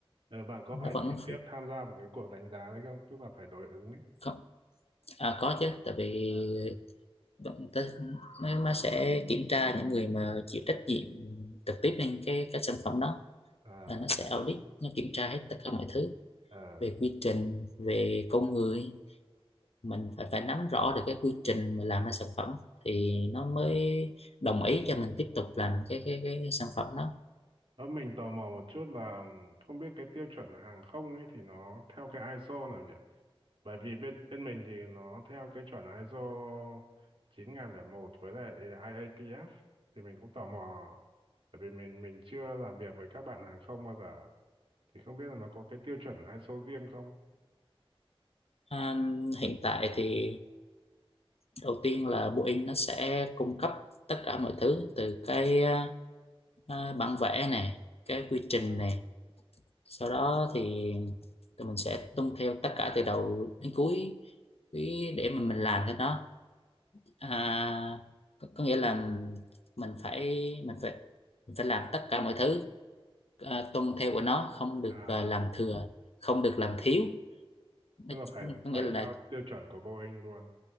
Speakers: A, on the right; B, on the left.
A: ờ, bạn có
B: nó
A: phải
B: vẫn
A: trực tiếp tham gia vào cái cuộc đánh giá đấy không? Tức là phải đối ứng ấy.
B: không, à, có chứ tại vì
A: à
B: vẫn tới nó nó sẽ kiểm tra những người mà chịu trách nhiệm trực tiếp lên cái cái sản phẩm đó
A: À,
B: là nó sẽ audit nó kiểm tra hết tất cả mọi thứ
A: ờ.
B: về quy trình về con người mình phải phải nắm rõ được cái quy trình mà làm ra sản phẩm thì nó mới đồng ý cho mình tiếp tục làm cái cái cái sản phẩm đó
A: Ờ, mình tò mò một chút là không biết cái tiêu chuẩn hàng không ấy thì nó theo cái ISO nào nhỉ? Bởi vì bên bên mình thì nó theo cái chuẩn ISO một với lại IATF thì mình cũng tò mò bởi vì mình mình chưa làm việc với các bạn hàng không bao giờ thì không biết là nó có cái tiêu chuẩn ISO riêng không?
B: à, hiện tại thì đầu tiên là Boeing nó sẽ cung cấp tất cả mọi thứ từ cái à, à, bản vẽ này cái quy trình
A: À,
B: này sau đó thì tụi mình sẽ tuân theo tất cả từ đầu đến cuối cái để mà mình làm cái đó à,
A: Ừ.
B: có, có nghĩa là mình phải mình phải mình phải làm tất cả mọi thứ à, tuân theo của nó không được
A: À
B: à, làm
A: đúng rồi.
B: thừa không được
A: Đúng
B: làm
A: rồi.
B: thiếu nó,
A: Tức là phải
B: có nghĩa
A: phải
B: là
A: theo tiêu chuẩn của Boeing luôn.